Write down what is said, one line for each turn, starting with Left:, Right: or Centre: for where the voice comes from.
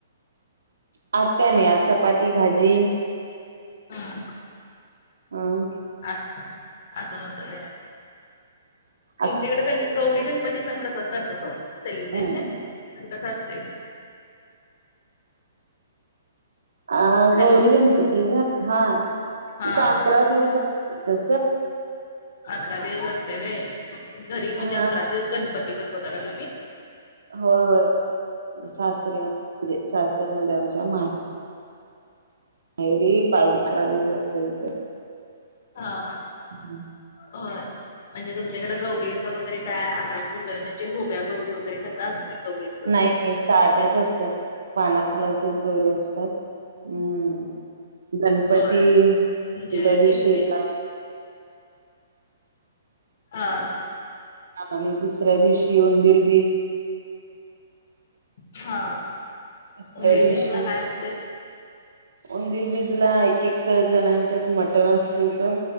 Right: आज काय नाही आज चपाती भाजी
Left: हा
Right: हं
Left: अ असत ह तुमच्याकडे
Right: अस
Left: गौरी गणपती सण कसा करत तो सेलिब्रेशन
Right: हम्म
Left: कस असते
Right: अ
Left: हॅलो
Right: गौरी गणपती हा
Left: हा
Right: इथं अकरा दिवस त
Left: अकरा दिवस असते होय घरी म्हणजे
Right: हा
Left: अकरा दिवस गणपती बसवता का तुम्ही
Right: होय होय सासरी सासरी मध्ये आमच्या मा नई रे... पाच... अकरा दिवस असतं इथं
Left: हा हा...
Right: ते
Left: होय... म्हणजे तुमच्याकडे गौरी वगैरे काय... आरास वगैरे... म्हणजे उभ्या गौरी वगैरे... तसं असतंय गौरीचं?
Right: नाई नाई... साध्याच असतात... पाना फुलाच्याच... गौरी असतात हम्म... गणपती
Left: होय म्हणजे
Right: ज्या दिवशी
Left: किती
Right: येतात
Left: हा
Right: आणि दुसऱ्या दिवशी उंदीर बीज
Left: हा...
Right: तिसऱ्या
Left: उंदीर
Right: दिवशी
Left: बीजला काय असतंय?
Right: उंदीर बीजला... एक एक जणांच्यात मटण असतं इथं...